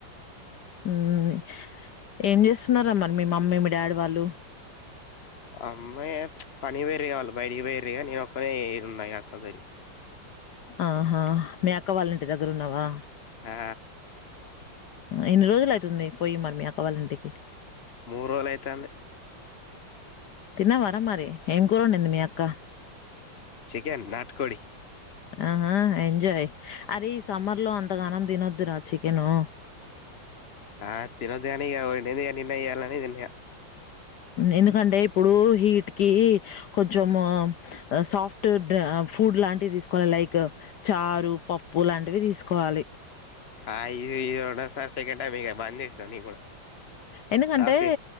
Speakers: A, on the left (about 65°); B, on the left (about 35°).
A: మ్ ఏం చేస్తున్నారా మరి మీ మమ్మీ మీ డాడీ వాళ్ళు
B: అమ్మాయి పనికి పోయిరి వాళ్ళు బయటికి పోయిరి నేనొక్కనే ఈడున్నా ఈ అక్క దొరి
A: ఆహా మి అక్క వాళ్ళ ఇంటి దగ్గర ఉన్నవా
B: ఆ
A: ఎన్ని రోజులు అయితుంది పోయి మరి మీ అక్కవాళ్ళ ఇంటికి
B: మూ రోలు అయితాంది
A: తిన్నావారా మరి ఏం కురొండింది మీ అక్క
B: చికెన్ నాట్కోడి
A: ఆహా ఎంజాయ్ అరే ఈ సమ్మర్ లో అంతగానం తినొద్దు రా చికెను
B: ఆ తినద్దు కానీ ఇగ వండింది <unintelligible> తిన్న
A: ఎందుకంటే ఇప్పుడు హీట్ కి కొంచెము సాఫ్ట్ డ ఫుడ్ లాంటివి తీసుకోవాలి లైక్ చారు పప్పు లాంటివి తీసుకోవాలి
B: ఆ ఇదే ఇదే రెండో సార్ సెకండ్ టైమ్ ఇగ బంద చేస్న నేన్ కూడా
A: ఎందుకంటే
B: రఫీ